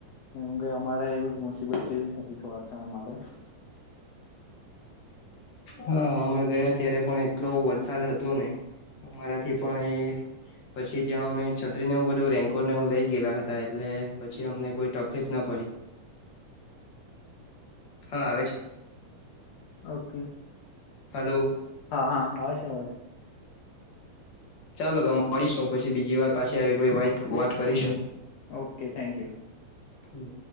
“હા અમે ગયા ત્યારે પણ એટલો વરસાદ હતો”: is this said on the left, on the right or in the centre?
Left